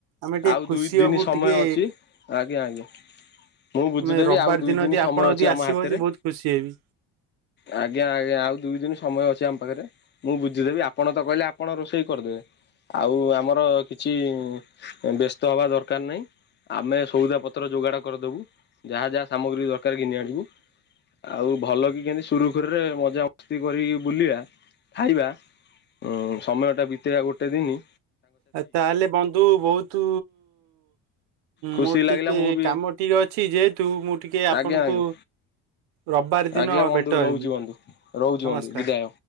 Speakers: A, on the right; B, on the left.
A: ଆମେ ଟିକେ
B: ଆଉ
A: ଖୁସି
B: ଦୁଇ ଦିନି
A: ହବୁ
B: ସମୟ
A: ଟିକେ
B: ଅଛି। ଆଜ୍ଞା ଆଜ୍ଞା ମୁଁ ବୁଝିଦେବି
A: ଆମେ ରବିବାର
B: ଆଉ ଦୁଇ
A: ଦିନ
B: ଦିନି
A: ଯଦି
B: ସମୟ
A: ଆପଣ ଯଦି
B: ଅଛି ଆମ
A: ଆସିବ
B: ହାତେରେ।
A: ଯଦି ବହୁତ ଖୁସି ହେବି
B: ଆଜ୍ଞା ଆଜ୍ଞା ଆଉ ଦୁଇ ଦିନି ସମୟ ଅଛି ଆମ ପାଖେରେ। ମୁଁ ବୁଝିଦେବି ଆପଣ ତ କହିଲେ ଆପଣ ରୋଷେଇ କରିଦେବେ। ଆଉ ଆମର କିଛି ବ୍ୟସ୍ତ ହବା ଦରକାର୍ ନାହିଁ। ଆମେ ସଉଦା ପତ୍ର ଯୋଗାଡ଼ କରିଦେବୁ ଯାହା ଯାହା ସାମଗ୍ରୀ ଦରକାର୍ ଘିନି ଆଣିବୁ। ଆଉ ଭଲ କି କେମିତି ସୁରୁ ଖୁରୁରେ ମଜା ମସ୍ତି କରିକି ବୁଲିବା ଖାଇବା ଉଁ ସମୟ ଟା ବିିତେଇବା ଗୋଟେ ଦିନି।
A: ଆ ତାହାଲେ ବନ୍ଧୁ ବହୁତୁ
B: ଖୁସି
A: ମୁଁ
B: ଲାଗିଲା
A: ଟିକେ
B: ମୁଁ ବି
A: କାମ ଟିକେ ଅଛି ଯେହେତୁ ମୁଁ ଟିକେ ଆପଣଙ୍କୁ
B: ଆଜ୍ଞା ଆଜ୍ଞା
A: ରବିବାର ଦିନ
B: ଆଜ୍ଞା ବନ୍ଧୁ
A: ଭେଟ
B: ରହୁଛି
A: ହେବି ନମସ୍କାର।
B: ବନ୍ଧୁ ରହୁଛି ବନ୍ଧୁ ବିଦାୟ।